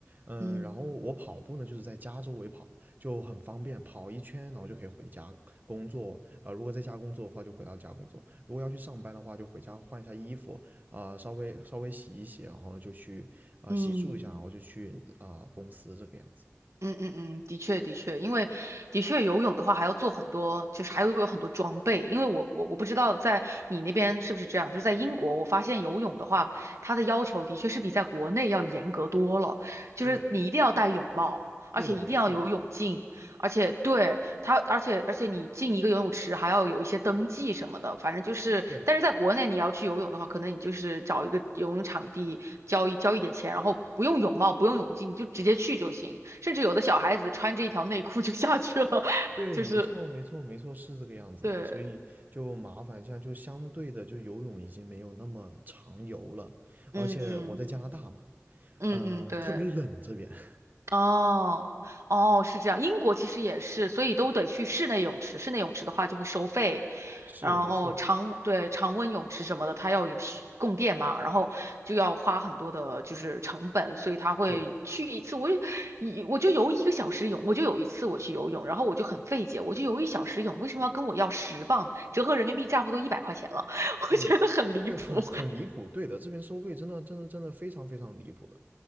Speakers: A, on the right; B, on the right.
A: 嗯，
B: 嗯
A: 然后我跑步呢，就是在家周围跑，就很方便，跑一圈，然后就可以回家工作。啊、如果在家工作的话，就回到家工作；如果要去上班的话，就回家换一下衣服，啊、呃稍微稍微洗一洗，然后呢就去啊、
B: 嗯
A: 洗漱一下，然后就去啊、公司这个样子。
B: 嗯嗯嗯，的确的确，因为的确游泳的话还要做很多，就是还会有很多装备，因为我我我不知道在你那边是不是这样，就是在英国，我发现游泳的话，它的要求的确是比在国内要严格多了，就是你一定要戴泳帽，
A: 对，
B: 而且一定要有泳镜。
A: 对的，没错，
B: 而且对他，而且而且你进一个游泳池还要有一些登记什么的，反正就是，
A: 对
B: 但是在国内你要去游泳的话，可能你就是找一个游泳场地，交一交一点钱，然后不用泳帽，不用泳镜，你就直接去就行。甚至有的小孩子穿着一条内裤就下去了，<laughs>
A: 对，
B: 就是
A: 没错，没错，没错，是这个样子的。
B: 对，
A: 所以就麻烦现在就相对的，就游泳已经没有那么常游了，而且我在加拿大嘛，
B: 嗯嗯，嗯嗯对。
A: 呃，特别冷这边。<laughs>
B: 哦，哦，是这样。英国其实也是，所以都得去室内泳池。室内泳池的话就会收费，
A: 是，
B: 然后常，
A: 没错，
B: 对，常温泳池什么的，它要有需供电嘛，然后就要花很多的就是成本，所以他会去一次，
A: 对
B: 我就一我就游一个小时泳，我就有一次我去游泳，然后我就很费解，我就游一小时泳，为什么要跟我要十磅，折合人民币差不多一百块钱了，<laughs>
A: 对对，
B: 我觉得很离谱。
A: 很很离谱，对的，这边收费真的真的真的非常非常离谱的。